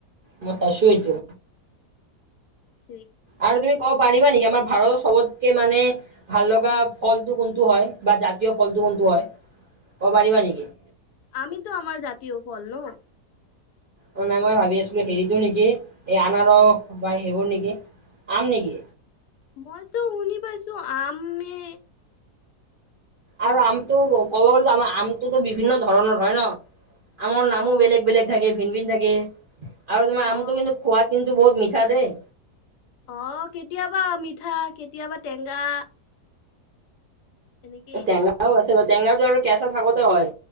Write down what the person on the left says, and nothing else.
হু
আমেতো আমাৰ জাতীয় ফল ন'।
মইতো শুনি পাইছো আমে
অ
অ
অঁ কেতিয়াবা মিঠা, কেতিয়াবা টেঙা এনেকেই